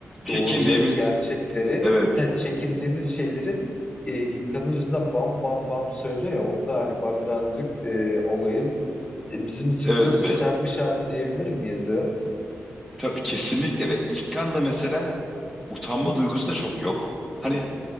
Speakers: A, in the centre; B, on the left.
A: çekindiğimiz.
B: doğruları, gerçekleri,
A: Evet.
B: ha, çekindiğimiz şeyleri e, İlkan'ın yüzüne bam bam bam söylüyor ya o galiba birazcık e, olayın e, bizim içimize
A: Evet
B: su
A: ve
B: serpmiş hali diyebilir miyiz ya?
A: tabii kesinlikle ve İlkan da mesela utanma duygusu da çok yok. Hani